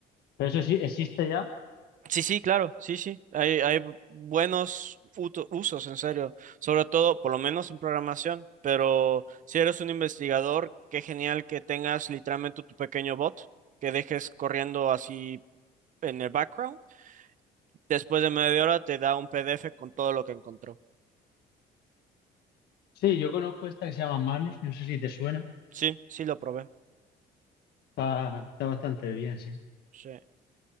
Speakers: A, on the left; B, on the right.
A: ¿Pero eso sí existe ya?
B: Sí, sí, claro, sí, sí. Hay, hay buenos uto- usos, en serio. Sobre todo, por lo menos en programación. Pero si eres un investigador, qué genial que tengas literalmente tu pequeño bot que dejes corriendo así en el background. Después de media hora te da un PDF con todo lo que encontró.
A: Sí, yo conozco esta que se llama Manus, no sé si te suena.
B: Sí, sí, lo probé.
A: Está, está bastante bien, sí.
B: Sí.